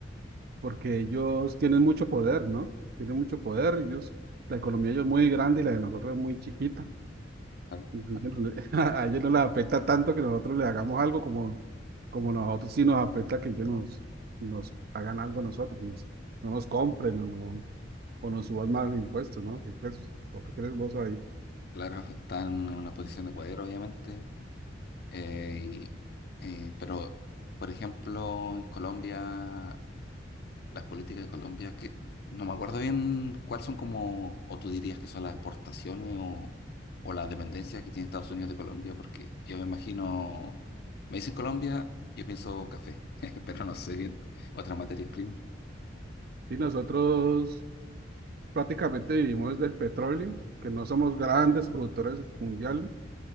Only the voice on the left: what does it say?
Ah,
Claro, <laughs> están en una posición de poder, obviamente, eh, y, eh, pero, por ejemplo, en Colombia Las políticas de Colombia, que no me acuerdo bien cuáles son como, o tú dirías que son las exportaciones o, o la dependencia que tiene Estados Unidos de Colombia, porque yo me imagino, me dicen Colombia, yo pienso café, <laughs> pero no sé bien, otras materias primas.